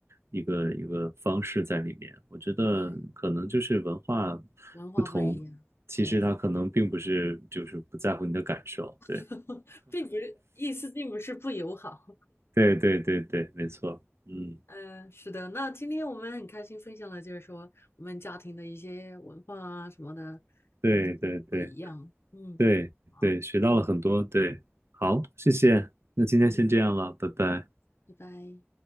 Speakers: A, on the right; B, on the left.
A: 一个一个方式在里面。我觉得可能就是文化
B: 对，文化不一样，
A: 不同，其实它可能并不是就是不在乎你的感受。
B: 对，<laughs>
A: 对，
B: 并不是意思，并不是不友好。
A: 对对对对，没错。嗯，
B: 嗯、是的。那今天我们很开心分享了，就是说我们家庭的一些文化啊什么的
A: 对对对
B: 不一样。嗯，
A: 对对，
B: 好，
A: 学到了很多。对，好，谢谢。那今天先这样了，
B: 嗯，
A: 拜拜。
B: 拜拜。